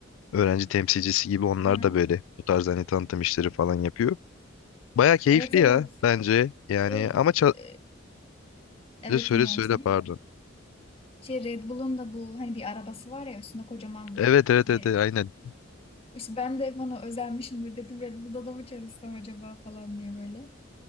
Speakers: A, on the left (about 80°); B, on the left (about 30°).
A: öğrenci temsilcisi gibi onlar
B: Aha.
A: da böyle bu tarz hani tanıtım işleri falan yapıyor. Baya keyifli
B: Evet evet.
A: ya bence. Yani
B: Şey
A: ama ça-
B: e, evet
A: söyle
B: dinliyorum
A: söyle
B: seni.
A: pardon.
B: Şey Red Bull'un da bu hani bir arabası var ya üstünde kocaman
A: Evet evet evet
B: e,
A: evet, aynen.
B: işte ben de bana özenmişimdir dedim Red Bull'da da mı çalışsam acaba falan diye böyle.